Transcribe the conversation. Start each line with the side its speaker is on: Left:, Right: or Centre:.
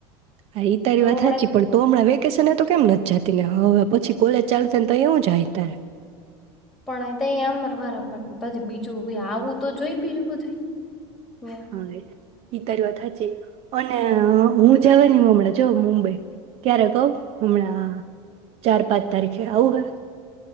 Right: હા ઈ તારી
Centre: નો
Right: વાત
Centre: મળે
Right: સાચી પણ તો હમણાં વેકેશ ને તો કેમ નથી જતી ને હવે પછી કોલેજ ચાલશેને તો એું જાય તારે
Centre: પણ અહી તો અમર વારા બધી બીજું આવું તો જોય બીજું બધું ન્યા
Right: હા ઈ તારી વાત હાચી <inaudible> અને
Centre: હમ
Right: હું જવા ન હમણાે જો મુંબઈ ક્યારે કઉ હમણાં ચાર પાંચ તારીખે આવું હ